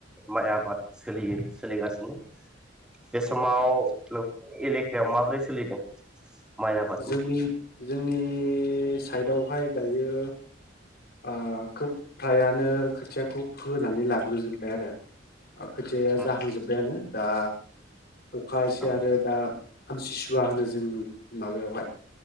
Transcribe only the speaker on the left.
जोंनि जोंनि साइडआवहाय दायो ओ खोब फ्रायानो खोथियाखौ फोनानै लाग्रोजोबबाय आरो खोथायाया
जाहांजोबबायानो दा अखा एसे
आरो दा आमथिसुवा होनो जोंनि माबायावहाय